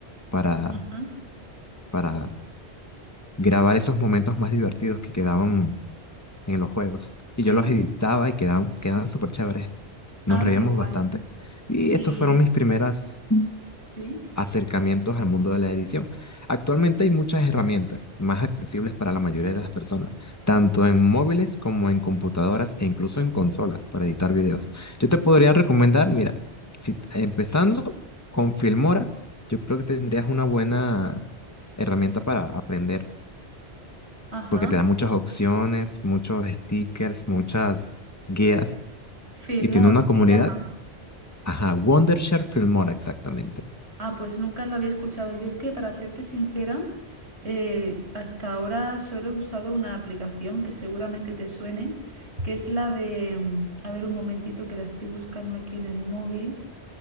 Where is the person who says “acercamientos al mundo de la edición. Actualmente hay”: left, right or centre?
Left